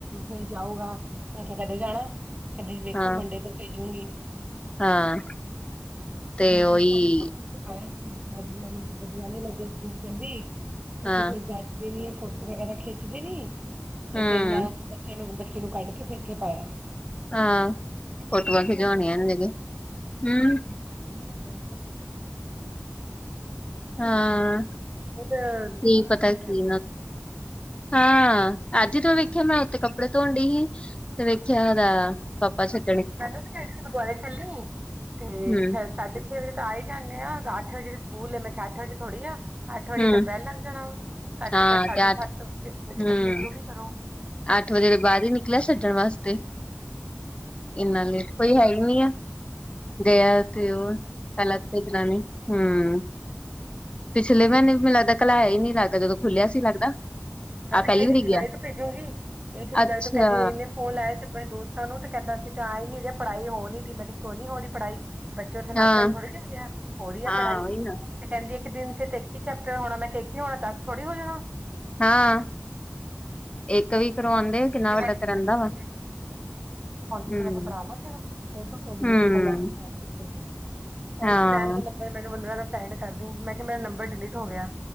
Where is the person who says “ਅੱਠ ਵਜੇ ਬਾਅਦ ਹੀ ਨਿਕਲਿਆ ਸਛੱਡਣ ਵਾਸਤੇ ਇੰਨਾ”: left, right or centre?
Left